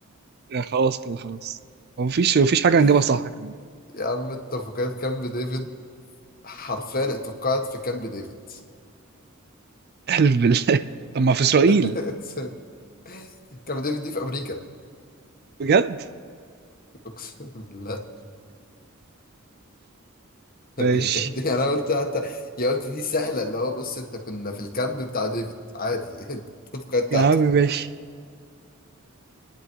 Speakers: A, on the right (about 50°); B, on the left (about 45°).
A: يا خلاص كده خلاص هو مفيش مفيش حاجه
B: <laughs>
A: هنجيبها صح كمان
B: يا عم اتفاقية كامب ديفيد حرفيا اتوقعت في كامب ديفيد
A: احلف بالله <laughs> طب ما في اسرائيل
B: <laughs> كامب ديفيد دي في امريكا
A: بجد
B: <laughs> اقسم بالله كامب
A: ماشي
B: ديفيد انا قلت حتى يا قلت دي سهله اللي هو بص انت كنا في الكامب بتاع ديفيد عادي <laughs> التفكير بتاعته
A: يا عم ماشي